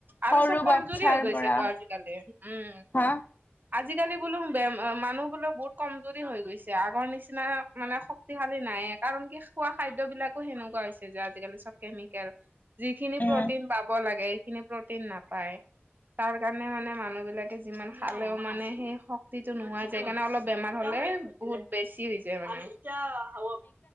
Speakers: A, on the right; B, on the left.
A: আৰু
B: সৰু
A: চব কমজুৰি
B: বাচ্ছাৰ
A: হৈ গৈছেতো
B: পৰা
A: আজিকালি উম
B: হা
A: আজিকালি বোলো বে মানুহ বোলো বহুত কমজুৰি হৈ গৈছে আগৰ নিচিনা মানেক্ত শিশালী নাইয় কাৰণ কি খোৱা খাদ্যবলাকো সেনেকুৱা হৈছে যে আজিকালি চব কেমিকেল যিখিনি
B: উম।
A: প্ৰটিন পাব লাগে সেইখিনি প্ৰটিন নাপায় তাৰ কাৰণে মানে মানুহ বিলাকে যিমান খালেও মানে সেই শক্তিটো নোহাই যায় সেইকাৰণে অলপ বেমাৰ হ'লে বহুত বেছি হৈ যায় মানেতিয়া হ